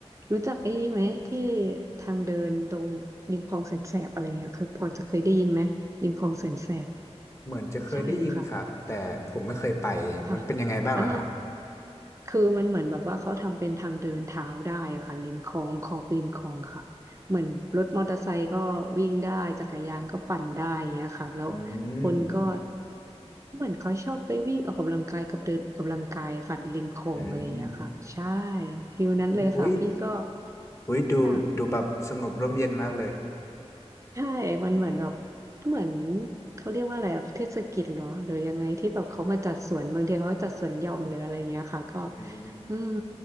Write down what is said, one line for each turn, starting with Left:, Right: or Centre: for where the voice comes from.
Right: รู้จักไอ้นี่ไหมที่ทางเดินตรงริมคลองแสนแสบอะไรเงี้ยเคยพอจะเคยได้ยินไหมริมคลองแสนแสบ
Left: เหมือนจะเคยได้ยินครับแต่ผมไม่เคยไปมันเป็นยังไงบ้างเหรอครับ
Right: ใช่ค่ะค่ะอ่า คือมันเหมือนแบบว่าเขาทำเป็นทางเดินเท้าได้อะค่ะริมคลองขอบริมคลองค่ะเหมือนรถมอเตอร์ไซค์ก็วิ่งได้จักรยานก็ปั่นได้อย่างเงี้ยค่ะแล้วคนก็
Left: อืม
Right: เหมือนเขาชอบไปวิ่งออกกำลังกายกับเดินออกกำลังกายค่ะริมคลองอะไรอย่างเงี้ยค่ะใช่
Left: อืม
Right: ฟิลนั้นเลยค่ะพี่ก็
Left: อมอุ้ยอุ้ยดูดูแบบสงบร่มเย็นมากเลย
Right: ค่ะ ใช่ มันเหมือนแบบเหมือนเขาเรียกว่าอะไรอะเทศกิจเหรอหรือยังไงที่แบบเขามาจัดสวน บางทีเขาก็จัดสวนหย่อมหรืออะไรเงี้ยค่ะ ก็
Left: อืม
Right: อืม